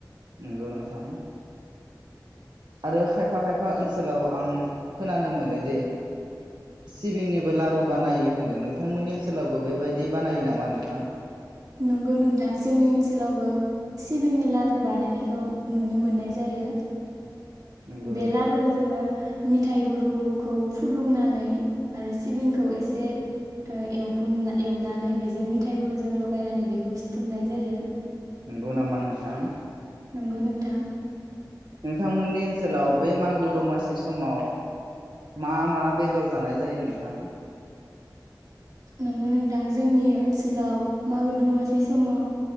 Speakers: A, on the right; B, on the right.
A: नंगौ नोंथां आरो खायफा खायफा ओनसोलाव आं खोनानो मोनोदि सिबिंनिबो लारु बानायो होनदों नोंथांमोननि ओनसोलावबो बेबायदि बानायो नामा नोंथां?
B: नंगौ नोंथां जोंनि ओनसोलावबो सिबिंनि लारु बानायनायखौ नुनो मोननाय जायो।
A: नंगौ
B: बे
A: नोंथां
B: लारुखौ जोङो मिथाइ गुरुखौ फुदुंनानै आरो सिबिंखौ एसे ओ एवफु एवनानै बेजों मिथायाइ गुरुजों लगायनानै बेखौ सिुथुमनाय जायो।
A: नंगौ नामा नोंथां?
B: नंगौ नोंथां।
A: नोंथांमोननि ओनसोलाव बे मागो दमासि समाव मा मा बेदर जानाय जायो नोंथां?
B: नंगौ नोंथां जोंनि ओनसोलाव मागो दमासि समाव